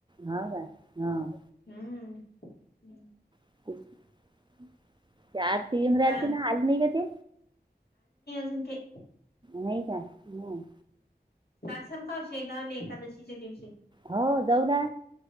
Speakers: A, on the right; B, on the left.
A: हाव काय हां.
B: हम्म हम्.
A: <inaudible> त्याआरती ईद्रंआलती
B: चाल
A: ना अली न इ ग ती.
B: कोन ते,
A: नाही का हम्.
B: चाल शाण काव शेगावले एकादशीच्या दिवशी.
A: हो जाऊ ना.